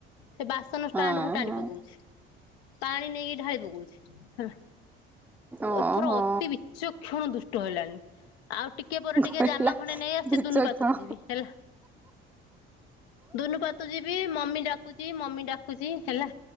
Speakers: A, on the left; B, in the centre.
A: ସେ ବାସନ ଷ୍ଟାଣ୍ଡ
B: ହଁ
A: କୁ ଟାଣି
B: ହଁ।
A: ପକଉଛି। ପାଣି ନେଇକି ଢାଳି ପକଉଛି ହେଲା
B: ଓହୋ
A: ଏଥର ଅତି ବିଚକ୍ଷଣ ଦୁଷ୍ଟ ହେଲାଣି ଆଉ ଟିକେ ପରେ ଟିକେ
B: କହିଲା
A: ଜାମା ଖଣ୍ଡେ ନେଇ ଆସୁଛି
B: ବିଚକ୍ଷଣ
A: ଦୁନୁ ପାତ ଯିବି ହେଲା। ଦୁନୁ ପାତୁ ଯିବି ମମି ଡା କୁଚି ମମି ଡାକୁଚି ହେଲା